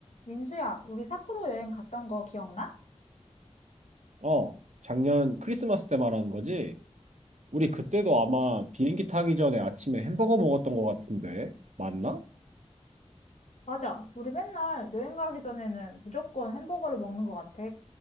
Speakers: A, on the left; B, on the right.
A: 민수야, 우리 삿포로 여행 갔던 거 기억나?
B: 어, 작년 크리스마스 때 말하는 거지? 우리 그때도 아마 비행기 타기 전에 아침에 햄버거 먹었던 것 같은데, 맞나?
A: 맞아. 우리 맨날 여행 가기 전에는 무조건 햄버거를 먹는 것 같아.